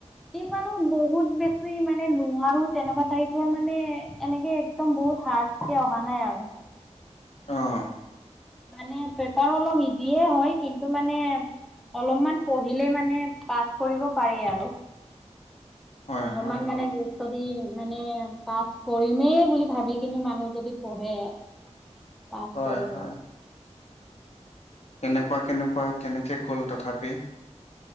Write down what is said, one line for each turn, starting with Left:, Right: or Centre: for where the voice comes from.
Centre: ইমানো বহুত বেছি মানে নোৱাৰো তেনেকুৱা টাইপৰ মানে এনেকে একদম বহুত হাৰ্ড কে অহা নাই আৰু
Left: অঁ
Centre: মানে পেপাৰ অলপ ইজিয়ে হয় কিন্তু মানে অলপমান পঢ়িলে মানে পাছ কৰিব পাৰি আৰু
Left: হয়
Centre: অলপমান
Left: হয়
Centre: মানে গৈ যদি মানে পাছ কৰিমেই বুলি ভাবি কিনি মানুহ যদি পঢ়ে পাছ
Left: হয়
Centre: কৰিব
Left: হয় কেনেকুৱা কেনেকুৱা কেনেকে গ'ল তথাপি